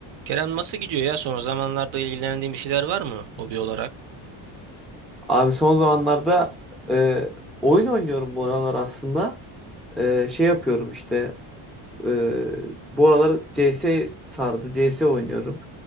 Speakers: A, on the right; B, in the centre.
A: Kerem nasıl gidiyor ya? Son zamanlarda ilgilendiğin bir şeyler var mı hobi olarak?
B: Abi son zamanlarda e, oyun oynuyorum bu aralar aslında. E, şey yapıyorum işte e, bu aralar C CS sardı. C S oynuyorum.